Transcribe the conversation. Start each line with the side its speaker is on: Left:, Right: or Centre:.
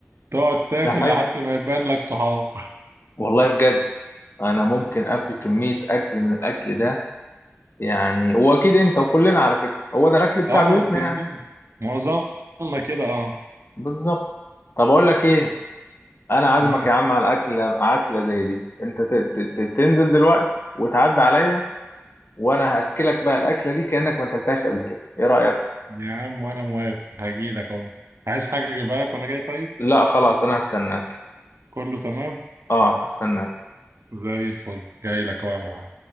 Right: تقعد تاكل
Left: بحس
Right: لحد ما يبان لك صحاب
Left: والله بجد انا ممكن اكل كمية اكل من الاكل ده يعني واكيد انت وكلنا على فكرة هو ده الاكل بتاع
Right: اه
Left: بيوتنا
Right: كلنا
Left: يعني
Right: معظمنا كده اه
Left: بالظبط طب اقول لك ايه انا عازمك
Right: امم
Left: يا عم على اكلة اكلة زي دي انت ت- ت- ت- تنزل دلوقتي وتعدي عليا وانا هاكلك بقى الاكلة دي كأنك ما اكلتهاش قبل كده ايه رأيك
Right: يا عم وانا موافق هجيلك اهو عايز حاجة اجيبها لك وانا جاي طيب
Left: لا خلاص انا هستناك
Right: كله تمام
Left: اه هستناك
Right: زي الفل جاي لك اهو يا معلم